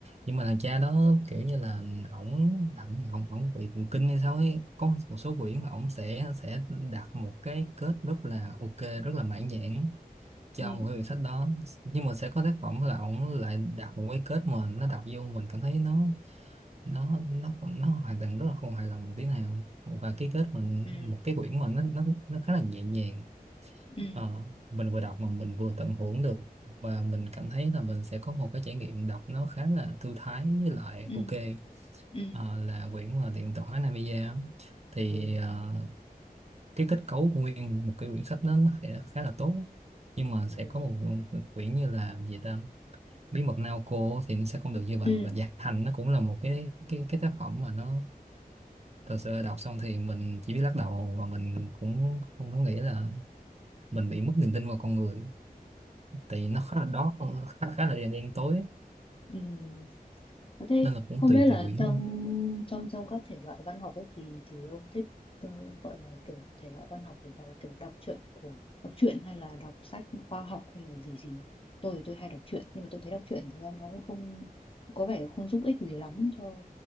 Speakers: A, on the right; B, on the left.
A: nhưng mà thằng cha đó kiểu như là ổng ổng ổng ổng bị thần kinh hay sao ấy có một số quyển ổng sẽ sẽ đặt một cái kết rất là ok rất là mãn nhãn cho
B: ừ,
A: một cái quyển sách đó nhưng mà sẽ có tác phẩm là ổng lại đặt một cái kết mà nó đọc vô mình cảm thấy nó nó nó nó hoàn toàn rất là không hài lòng một tí nào và cái kết mình
B: ừ,
A: một cái quyển mà nó nó nó khá là nhẹ nhàng
B: ừ,
A: Ờ, mình vừa đọc mà mình vừa tận hưởng được và mình cảm thấy là mình sẽ có một cái trải nghiệm đọc nó khá là thư thái với lại
B: ừ,
A: ok
B: ừ,
A: Ờ, là quyển mà tiệm tạp hóa Namiya thì
B: ừ,
A: ờ, cái kết cấu của nguyên một cái quyển sách đó nó sẽ khá là tốt nhưng mà
B: ừ,
A: sẽ có một quyển như là gì ta bí mật Naoko thì nó sẽ không được như vậy
B: ừ,
A: và Dạ Hành nó cũng là một cái cái cái tác phẩm mà nó thật sự đọc xong thì mình chỉ biết lắc đầu và mình cũng không có nghĩ là mình bị mất niềm tin vào con người tại vì nó khá là dark khá, khá là đen đen tối
B: ừ, ừ, Ờ, Thế
A: nên là cũng
B: không
A: tùy
B: biết là
A: tùy quyển
B: trong
A: thôi
B: trong trong các thể loại văn học ấy thì thì ông thích ờ, gọi là kiểu thể loại văn học thì gọi là kiểu đọc truyện của đọc truyện hay là đọc sách khoa học hay là gì gì tôi thì tôi hay đọc truyện nhưng mà tôi thấy đọc truyện thực ra nó cũng không có vẻ không giúp ích gì lắm cho